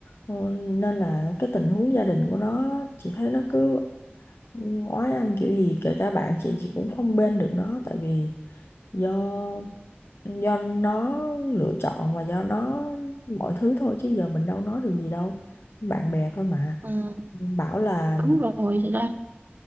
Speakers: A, on the left (about 65°); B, on the right (about 50°).
A: Ờ, Nên là cái tình huống gia đình của nó chị thấy nó cứ ừ, oái âm kiểu gì kể cả bạn chị chị cũng không bên được nó tại vì do do nó lựa chọn và do nó mọi thứ thôi chứ giờ mình đâu nói được gì đâu. Bạn bè thôi mà.
B: Ừ.
A: Bảo là
B: đúng rồi thật ra